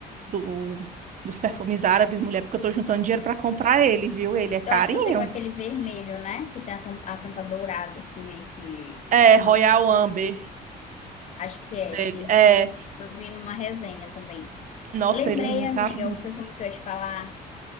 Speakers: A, on the right; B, on the left.
A: do- dos perfumes árabes, mulher, porque eu tô juntando dinheiro para comprar ele, viu? Ele é carinho.
B: Eu acho que eu sei com aquele vermelho, né? Que tem a tampa, a tampa dourada, assim, meio que.
A: É,
B: Uma...
A: Royal Amber
B: Acho que é.
A: o dele.
B: Esse
A: É,
B: que eu, eu vi numa resenha também.
A: nossa,
B: Lembrei,
A: ele é um
B: amiga,
A: carinho.
B: o perfume que eu ia te falar.